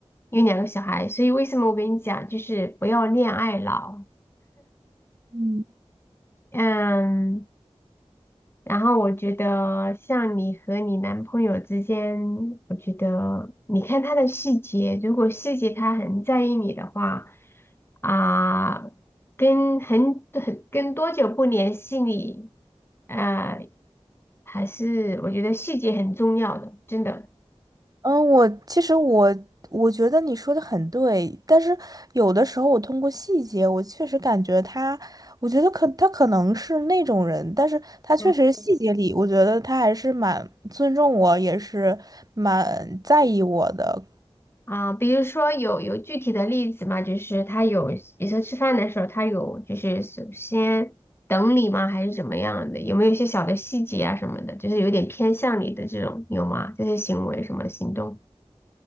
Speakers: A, on the left (about 20°); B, on the right (about 35°).
A: 有两个小孩，所以为什么我跟你讲，就是不要恋爱脑。
B: 嗯。
A: 嗯，然后我觉得像你和你男朋友之间，我觉得你看他的细节，如果细节他很在意你的话，啊、跟很很跟多久不联系你，呃，还是我觉得细节很重要的，真的。
B: 嗯，我其实我我觉得你说的很对，但是有的时候我通过细节，我确实感觉他，我觉得可他可能是那种人，但是他确实细节里，
A: 嗯。
B: 我觉得他还是蛮尊重我，也是蛮在意我的。
A: 啊，比如说有有具体的例子吗？就是他有，比如说吃饭的时候，他有就是首先等你吗？还是怎么样的？有没有一些小的细节啊什么的？就是有点偏向你的这种，有吗？这些行为什么行动？